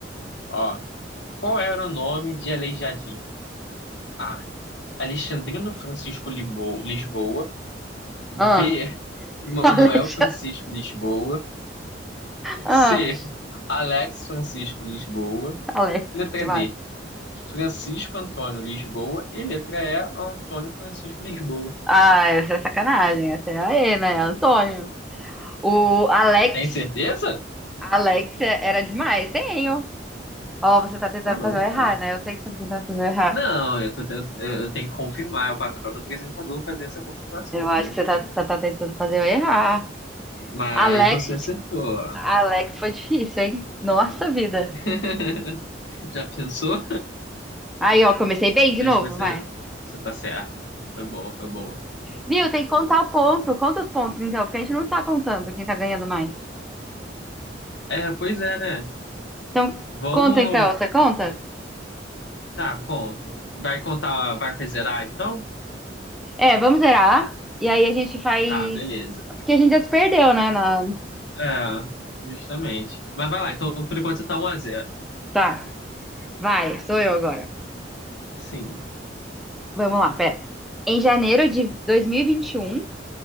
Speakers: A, on the left; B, in the centre.
A: Ó, qual era o nome de Aleijadinho? A. Alexandrino Francisco Libo- Lisboa. B.
B: Ah,
A: Manuel
B: <laughs> Alex,
A: Francisco Lisboa.
B: ah,
A: C. Alex Francisco Lisboa.
B: Alex,
A: Letra
B: demais.
A: D. Francisco Antônio Lisboa e letra E, Antônio Francisco Lisboa.
B: Ah, essa é sacanagem, essa é aê, né? Antônio. O Alex,
A: Tem certeza?
B: Alex era demais, tenho. Ó, você tá tentando
A: Tá louco.
B: fazer eu errar,
A: né?
B: né? Eu sei que você tá tentando fazer eu errar.
A: Não, eu, tô tent- eu eu tenho que confirmar, é o papel do apresentador fazer essa confirmação,
B: Eu
A: entendeu?
B: acho que você tá, você tá tentando fazer eu errar.
A: Mas
B: Alex
A: você acertou. ó.
B: Alex foi difícil, hein? Nossa vida.
A: <laughs> Já pensou?
B: Aí, ó, comecei bem de
A: Mas
B: novo,
A: você,
B: vai.
A: você tá certa. Foi boa, foi boa.
B: Viu? Tem que contar o ponto. Conta os pontos, então, porque a gente não tá contando quem tá ganhando mais.
A: É, pois é, né?
B: Então,
A: Vamos.
B: conta então, você conta?
A: Tá, conto. Vai contar, vai zerar então?
B: É, vamos zerar. E aí a gente faz.
A: Tá, beleza.
B: Porque a gente já se perdeu, né? na-
A: É, justamente. Mas vai lá, então por enquanto você tá 1x0.
B: Tá, vai, sou eu agora.
A: Sim.
B: Vamos lá, pera. Em janeiro de dois mil e e vinte e um.